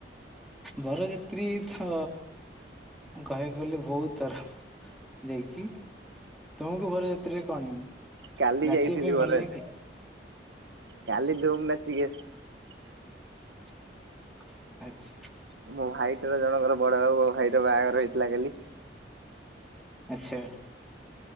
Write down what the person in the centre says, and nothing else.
ବରଯିତ୍ରୀ ତ କହିବାକୁ ଗଲେ ବହୁତ ଥର। ଯାଇଛି ତୁମକୁ ବରଯାତ୍ରୀରେ କଣ
ନାଚିବା
ପାଇଁ
ଭଲ ଲାଗେ।
ଆଛା।
ଆଚ୍ଛା।